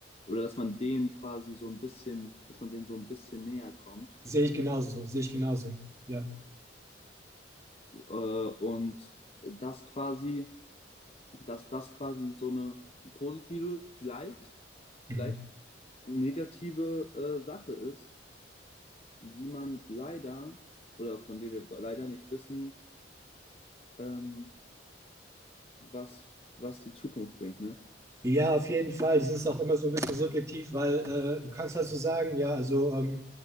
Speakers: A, on the left; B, on the right.
A: oder dass man denen quasi so ein bisschen, dass man denen so ein bisschen näher kommt.
B: sehe ich genauso, sehe ich genauso. Ja.
A: Äh, und das quasi, dass das quasi so eine positive, vielleicht,
B: Mhm.
A: vielleicht negative äh, Sache ist, die man leider oder von der wir leider nicht wissen, ähm, was, was die Zukunft bringt, ne?
B: Ja, auf jeden Fall. Das ist auch immer so ein bisschen subjektiv, weil äh, du kannst halt so sagen, ja, also ähm,